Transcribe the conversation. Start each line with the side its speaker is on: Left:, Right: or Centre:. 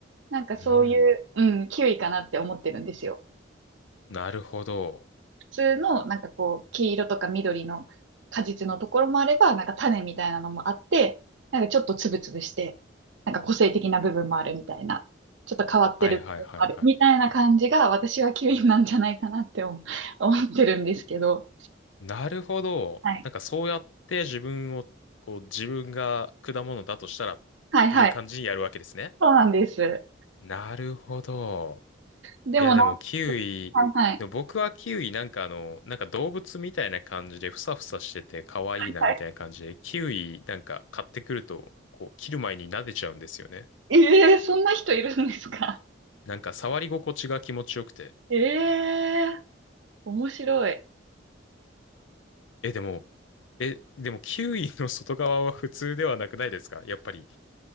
Right: なんかそういう、
Left: うん。うん。
Right: うん、キウイかなって思ってるんですよ。
Left: なるほど。
Right: 普通の、なんかこう、黄色とか緑の果実のところもあれば、なんか種みたいなのもあって、なんかちょっとつぶつぶして、なんか個性的な部分もあるみたいな、ちょっと変わってる部分もあるみたいな感じが、
Left: はいはいはいはい。
Right: 私はキウイなんじゃないかなって思思ってるんですけど、
Left: なるほど。
Right: はい。
Left: なんかそうやって自分を、こう、自分が果物だとしたらっていう感じにやるわけですね。
Right: はいはい。そうなんです。
Left: なるほど。
Right: でもな
Left: いや、でもキウイ、
Right: んか、はい
Left: でも僕はキウイなんかあの、なんか動物みたいな感じでふさふさしてて可愛いなみたいな感じで、
Right: はい。
Left: キウイなんか買ってくると、こう、切る前に撫でちゃうんですよね。
Right: ええそんな人いるんですか
Left: なんか触り心地が気持ちよくて。
Right: ええ面白い。
Left: え、でも、え、でもキウイの外側は普通ではなくないですかやっぱり。